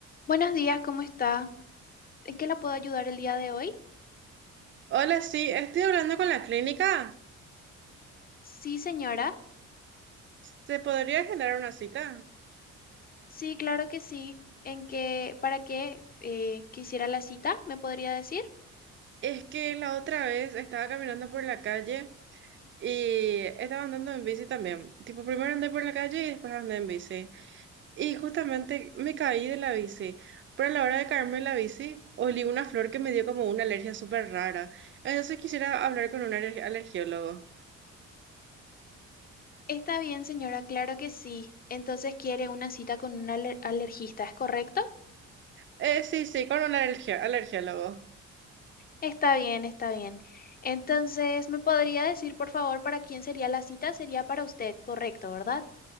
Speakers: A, on the left; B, on the right.
A: Buenos días, ¿cómo está? ¿En qué la puedo ayudar el día de hoy?
B: Hola, sí, estoy hablando con la clínica.
A: Sí, señora.
B: ¿Se podría generar una cita?
A: Sí, claro que sí. ¿En qué, para qué eh, quisiera la cita? ¿Me podría decir?
B: Es que la otra vez estaba caminando por la calle y estaba andando en bici también. Tipo, primero andé por la calle y después andé en bici. Y justamente me caí de la bici. Pero a la hora de caerme de la bici, olí una flor que me dio como una alergia súper rara. Entonces quisiera hablar con un aler- alergiólogo.
A: Está bien, señora, claro que sí. Entonces quiere una cita con un aler- alergista, ¿es correcto?
B: Eh, sí, sí, con un alergi- alergiólogo.
A: Está bien, está bien. Entonces, ¿me podría decir, por favor, para quién sería la cita? Sería para usted, correcto, ¿verdad?